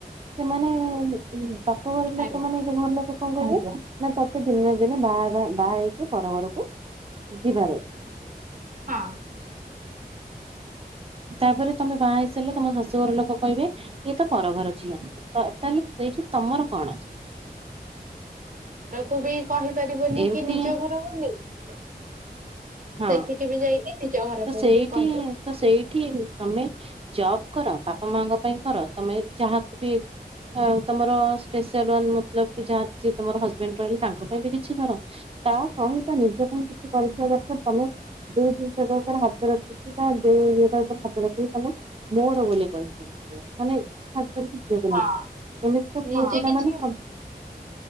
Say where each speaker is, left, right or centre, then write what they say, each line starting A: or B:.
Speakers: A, on the right (about 35°); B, on the right (about 55°).
A: ସେମାନେ ପାପ ଘର ଲୋକମାନୋନ
B: ଆଜ୍ଞା
A: ଏବେ ଭଲ କଣ କର ନା ତତେ ଦିନରେ ଦିନେ ବାହା ବାହା ହେଇକି ପର ଘରକୁ ଯିବାର ଅଛି।
B: ହଁ।
A: ତାପରେ ତମେ ବାହା ହେଇସାରିଲେ ତମ ଶାଶୂଘର ଲୋକ କହିବେ ଇଏ ତ ପର ଘର ଝିଅ । ତ ତାହେଲେ ସେଇଠି ତମର କଣ
B: କୁ ବି କହିପାରିବୁନି
A: ଏମିତି
B: କି ନିଜ ଘର ବୋଲି <unintelligible>
A: ହଁ
B: ସେଠିକି ବି ଯାଇକି ନିଜ ଘର
A: ତ
B: ବୋଲି
A: ସେଇଠି
B: କହିପାରିବ।
A: ତ ସେଇଠି ତମେ ଜବ୍ କର ବାପା ମାଙ୍କ ପାଇଁ କର ତମେ ଯାହାକୁ ବି ତମର ସ୍ପେସିଆଲ ୱାନ ମତଲବ କି ଯାହା ଯିଏ ତମର ହଜବେଣ୍ଡ ରହିଲେ ତାଙ୍କ ପାଇଁ ବି କିଛି କର ତା ସହିତ ନିଜ ପାଇଁ କିଛି କରିିଥିବା ଦରକାର । ଯୋଉ ଜିନିଷ ଟା ଉପରେ ହାତ ରଖି ଯୋଉଟା ଯୋଉ ଇଏଟା ଉପରେ ହାତ ରଖି କି ତାହେଲେ ମୋର ବୋଲି କହିବ ମାନେ ଖାସ କରିକି ଝିଅ ପିଲାଙ୍କୁ
B: ହଁ।
A: ଏମିତି ତ
B: ନିଜେ
A: ପୁଅ ପିଲାମାନେ
B: କିଛି